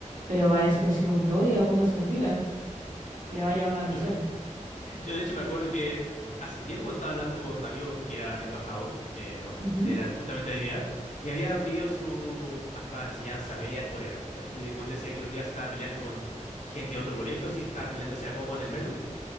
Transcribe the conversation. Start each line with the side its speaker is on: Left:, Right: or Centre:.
Right: pero va a decir así como que, oiga, póngase la fila, le va a llamar la atención.
Left: Yo, Yo de hecho me acuerdo que hace tiempo cuando estaba hablando con un amigo que era embajador, eh, bueno,
Right: Ujú,
Left: era justamente de mi edad, y había vivido su hasta enseñanza media en Corea, ¿cachai? Y el buen decía que un día estaba peleando con gente de otro colegio, sí, estaban peleándose a combo en el metro,